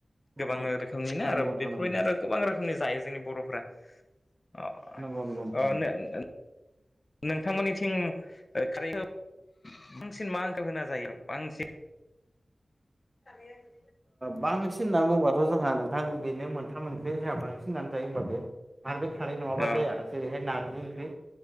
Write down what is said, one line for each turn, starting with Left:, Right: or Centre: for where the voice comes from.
Right: नंगौ
Left: गोबां
Right: नोंथां नंगौ
Left: रोखोमनिनो
Right: नंगौ
Left: आरो
Right: नोंथां
Left: बेफोरबायदिनो
Right: नंगौ
Left: आरो गोबां रोखोमनि जायो जोंनि बर'फोरा अह
Right: नंगौ नंगौ नोंथां
Left: अ
Right: नंगौ
Left: नों नोंथांमोननिथिं खारैखौ बांसिन माखो होना जायो बांसिन <inaudible>
Right: बांसिन होनना बुङोबाथ' जोंहा नोंथां बेनो मोनथाम मोनब्रै जोंहा बांसिन होननानै जायो होनबा बे आरो बे खारै नङाबा
Left: अ
Right: जाया जेरैहाय नारजि ओंख्रि